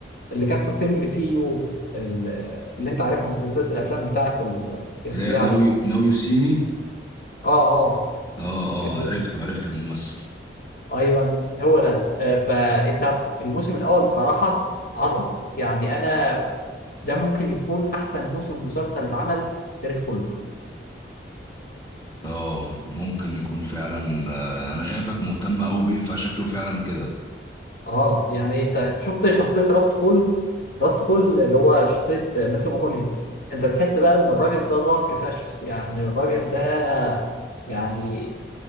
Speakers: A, on the left (about 50°); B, on the left (about 20°).
A: اللي كان في فيلم سي يو ال- اللي انت عارفها من سلسله الافلام بتاعت ال- الخداع
B: اللي هي ناو
A: دي
B: ناو يو سي مي
A: اه اه
B: اه اه
A: ال-
B: عرفت عرفت الممثل
A: ايوه هو ده آه، فانت الموسم الاول بصراحه عظمه يعني انا ده ممكن يكون احسن موسم مسلسل اتعمل في التاريخ كله
B: اه ممكن يكون فعلا آه، انا شايفك مهتم قوي بيه فشكله فعلا كده
A: اه يعني انت شفت شخصيه راست كول راست كول اللي هو شخصيه ماسيو ماكوني انت تحس بقى ان الراجل ده دارك فشخ يعني الراجل ده يعني